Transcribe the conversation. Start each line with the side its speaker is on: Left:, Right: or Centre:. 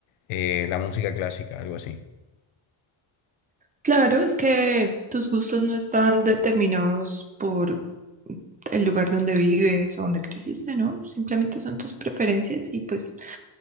Left: eh, la música clásica, algo así.
Right: Claro, es que tus gustos no están determinados por el lugar donde vives o donde creciste, ¿no? Simplemente son tus preferencias y pues